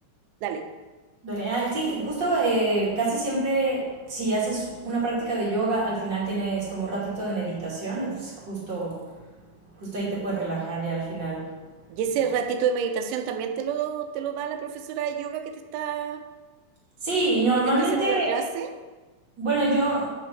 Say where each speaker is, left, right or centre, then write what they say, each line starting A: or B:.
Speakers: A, on the right; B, on the right.
A: dale,
B: Dale, ah, sí, que justo eh, casi siempre si haces una práctica de yoga, al final tienes como un ratito de meditación y pues justo, justo ahí te puedes relajar ya al final.
A: y
B: No
A: ese
B: sé.
A: ratito de meditación también te lo, te lo da la profesora de yoga que te está,
B: Sí, y normalmente
A: que te está haciendo la clase.
B: Bueno, yo